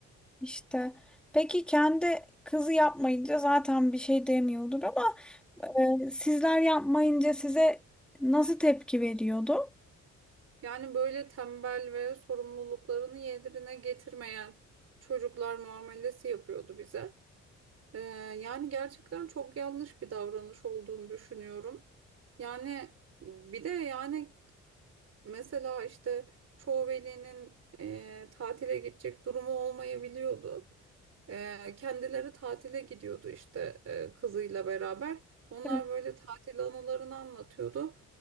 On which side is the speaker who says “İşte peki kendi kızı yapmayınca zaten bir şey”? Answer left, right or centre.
Centre